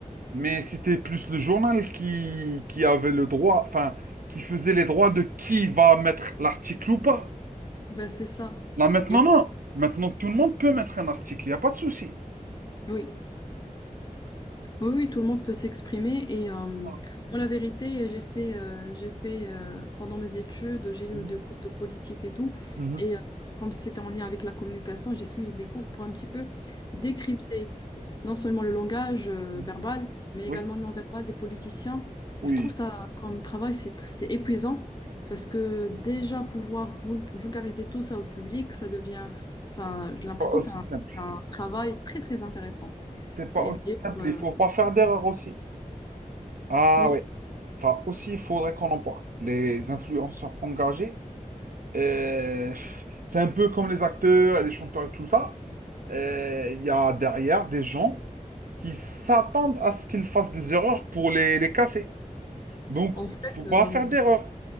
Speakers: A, on the right; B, on the left.
A: mais c'était plus le journal qui, qui avait le droit, enfin, qui faisait les droits de qui va mettre l'article ou pas.
B: Ben, c'est ça.
A: Là, maintenant,
B: Et,
A: non. Maintenant, tout le monde peut mettre un article. Il n'y a pas de souci.
B: oui. Oui, oui, tout le monde peut s'exprimer et euh, moi,
A: Ah.
B: la vérité, j'ai fait, euh, j'ai fait euh, pendant mes études, j'ai eu
A: Mhm.
B: des cours de politique et tout
A: Mhm.
B: et euh, comme c'était en lien avec la communication, j'ai suivi des cours pour un petit peu décrypter non seulement le langage euh,
A: Mhm.
B: verbal, mais
A: Oui,
B: également le non-verbal des politiciens.
A: oui.
B: Et je trouve ça comme travail, c'est, c'est épuisant parce que déjà pouvoir vul- vulgariser tout ça au public, ça devient, enfin, j'ai
A: C'est
B: l'impression
A: pas aussi
B: que c'est un,
A: simple.
B: c'est un travail très, très intéressant.
A: C'est pas
B: Et
A: aussi
B: d'ailleurs,
A: simple, il faut pas
B: euh,
A: faire d'erreur aussi. Ah
B: oui.
A: oui, ça aussi, il faudrait qu'on en parle. Les influenceurs engagés, euh, c'est un peu comme les acteurs, les chanteurs et tout ça. Euh, Il y a derrière des gens qui s'attendent à ce qu'ils fassent des erreurs pour les, les casser. Donc,
B: En fait,
A: faut pas
B: euh,
A: faire d'erreur.